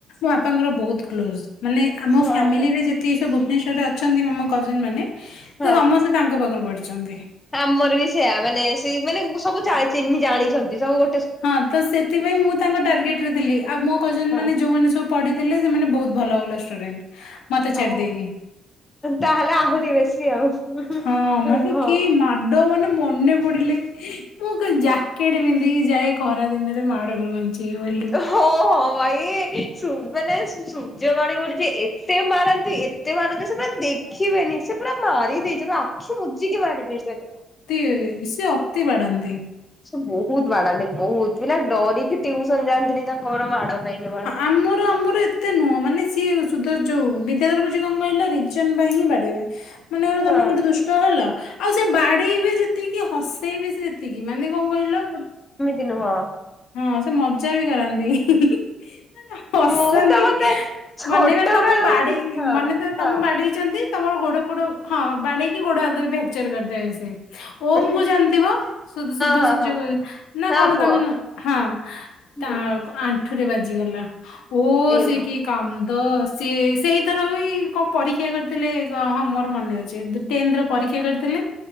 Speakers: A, on the left; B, on the left.
A: ବାପାଙ୍କର ବହୁତ କ୍ଲୋଜ ମାନେ ଆମ
B: ହଁ
A: ଫ୍ୟାମିଲି
B: ହଁ
A: ରେ ଯେତିକି ସବୁ ଭୁବନେଶ୍ଵରରେ ଅଛନ୍ତି ଆମ କଜନ ମାନେ ସେ
B: ହଁ।
A: ସମସ୍ତେ ତାଙ୍କ ପାଖରୁ ପଡିଛନ୍ତି।
B: ଆମର ବି ସେୟା ମାନେ ସେ ମାନେ ସବୁଜାଣି ଚିହ୍ନି ଜାଣିଛନ୍ତି ସବୁ ଗୋ
A: ହଁ ତ ସେଥିପାଇଁ ମୁଁ ତାଙ୍କ ଟାର୍ଗେଟ ରେ ଥିଲି ଆଉ ମୋ କଜନ
B: ହଁ
A: ମାନେ ଯୋଉମାନେ ସବୁ ପଢିଥିଲେ ସେମାନେ ବହୁତ ଭଲ ଭଲ ଷ୍ଟୁଡେଣ୍ଟ ମତେ ଛାଡି
B: ଓହୋ
A: ଦେଇେଇକି।
B: ତାହେଲେ ଆହୁରି ବେଶୀ ଆଉ
A: ହଁ ମାନେ
B: ହଁ।
A: କି ମାଡ ମାନେ ପଡିଲେ ମୁଁ ଜ୍ୟାକେଟ ପିନ୍ଧିକି ଯାଏ ଖରା ଦିନରେ ମାଡରୁ ବଞ୍ଚିବି ବୋଲି।
B: ହୋ ହୋ ଭାଇ ଶୁ ମାନେ ସୂର୍ଯ୍ୟବାଣି ବୋଲି ଯେ ଏତେ ମାରନ୍ତି ଏତେ ମାରନ୍ତି ସେ ପୁରା ଦେଖିବେନି ସେ ପୁରା ମାରି ଦେଇଛି। ଜେକ୍ ଆଖି ମୁଜିକି ମାରିବେ ତାକୁ।
A: ତି ସେ ଅତି ବାଡାନ୍ତି।
B: ସେ ବହୁତୁ ବାଡାନ୍ତି ବହୁତ ପିଲା ଡରିକି ଟିୟୁସନ ଯାଆନ୍ତିନି ତାଙ୍କର ମାଡ ପାଇଁ କେବଳ।
A: ଆମର ଆମର ଏ ଏତେ ନୁହଁ ମାନେ ସିଏ ସୁଦ ଯୋଉ ବିଦ୍ୟାଧର ଗୁରୁଜୀ କଣ କହୀଲ ରିଜନ ପାଇଁ ହିଁ ବାଡ଼େଇବେ। ମନେକର
B: ହଁ
A: ତମେ କାଉଠି ଦୁଷ୍ଟ ହେଲ ଆଉ ସେ ବାଡେଇ ବି ଯେତିକି ହସେଇ ବି ସେ ସେତିକି ମାନେ କଣ କହିଲ?
B: କି ନୁହଁ?
A: ହଁ ସେ ମଜା ବି କରାନ୍ତି। ହିଁ ହିଁ ହିଁ। ନ ହସାନ୍ତି
B: ମୁଁ ତ ମତେ ଛୋଟ
A: ମନେକରେ ତମ
B: ବେଳୁ
A: ବାଡେଇ
B: ହଁ
A: ମନେ ତର
B: ହଁ।
A: ତମ ବାଡେଇ ଛନ୍ତି ତମର ଗୋଡ ପୋଡ ହଁ ବାଡେଇକି ଗୋଡ ହାତ ଫ୍ରାକ୍ଚର କରିଦେବେ ସିଏ। ଓମ
B: ହଁ
A: କୁ ଜାଣିଥିବ ଶୁଭ
B: ହଁ
A: ସୂର୍ଯ୍ୟ
B: ହଁ
A: ନା
B: ହଁ
A: କଣ
B: ପୁଅ
A: ତାଙ୍କ ନଁ? ହଁ
B: ହୁଁ
A: ତା ଆଣ୍ଠୁରେ ବାଜିଗଲା ଓ
B: ଏଇ
A: ସେକିି କାନ୍ଦ ସିଏ ସେଇଥର ବି କଣ ପରୀକ୍ଷା କରିଥିଲେ ହଁ ମୋର ମନେ ଅଛି। ଟେନ୍ଥ ର ପରୀକ୍ଷା କରିଥିଲେ।